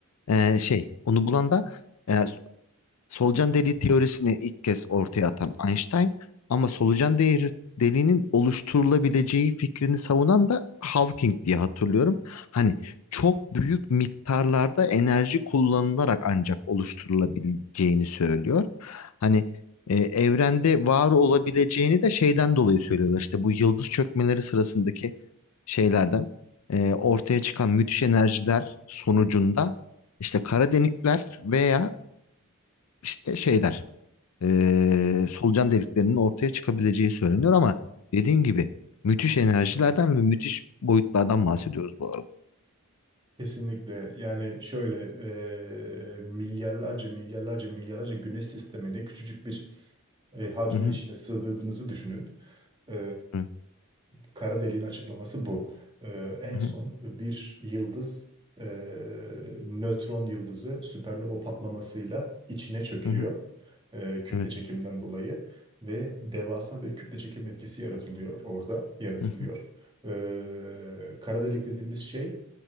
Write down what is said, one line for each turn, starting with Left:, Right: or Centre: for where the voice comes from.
Left: E, şey onu bulan da e, Solucan deliği teorisini ilk kez ortaya atan Einstein ama solucan değeri, deliğinin oluşturulabileceği fikrini savunan da Hawking diye hatırlıyorum. Hani çok büyük miktarlarda enerji kullanılarak ancak oluşturulabileceğini söylüyor. Hani e, evrende var olabileceğini de şeyden dolayı söylüyorlar. İşte bu yıldız çökmeleri sırasındaki şeylerden e, ortaya çıkan müthiş enerjiler sonucunda işte kara delikler veya işte şeyler eee, solucan deliklerinin ortaya çıkabileceği söyleniyor ama dediğim gibi müthiş enerjilerden ve müthiş boyutlardan bahsediyoruz bu arada.
Right: Kesinlikle yani şöyle e, milyarlarca milyarlarca milyarlarca güneş sistemine küçücük bir e, hacmin
Left: Hı hı,
Right: içine sığdırdığınızı düşünün. E,
Left: hı
Right: kara deliğin açıklaması bu. E, en
Left: hı,
Right: son bir yıldız e, nötron yıldızı süpernova patlamasıyla içine çöküyor
Left: hı hı,
Right: e, kütle
Left: evet,
Right: çekimden dolayı ve devasa bir kütle çekim etkisi yaratılıyor orada yaratılıyor.
Left: hı hı,
Right: E, kara delik dediğimiz şey